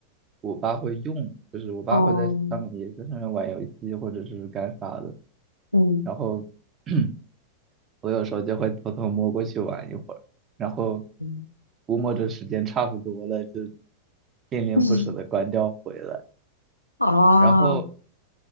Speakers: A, on the right (about 25°); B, on the left (about 80°).
A: 我爸会用，就是我爸会在上面也在上面玩游戏或者是干啥的，
B: 哦嗯
A: 然后 <clears throat> 我有时候就会偷偷摸过去玩一会儿，然后
B: 嗯
A: 估摸着时间差不多了，就恋恋不舍的关掉回来。
B: 嗯啊
A: 然后，
B: <laughs>，